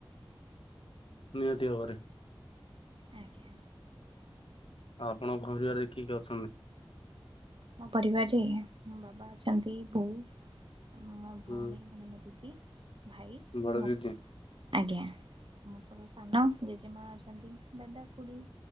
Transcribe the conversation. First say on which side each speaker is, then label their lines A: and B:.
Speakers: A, on the left; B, on the right.
A: ନିହାତି ଭାବରେ।
B: ଆଜ୍ଞା।
A: ଆଉ ଆପଣ ଘର ଦୁଆରେ କିଏ କିଏ ଅଛନ୍ତି?
B: ମୋ ପରିବାରରେ ମୋ ବାବା ଅଛନ୍ତି ବୋଉ। ମୋ
A: ହୁଁ
B: ଭଉଣୀ ମାନେ ଦିଦି ଭାଇ
A: ବଡ
B: ମୁଁ।
A: ଦିଦି
B: ଆଜ୍ଞା ମୁଁ ସବୁ ସାନ ଜେଜେମା ଅଛନ୍ତି ଦାଦା ଖୁଡି।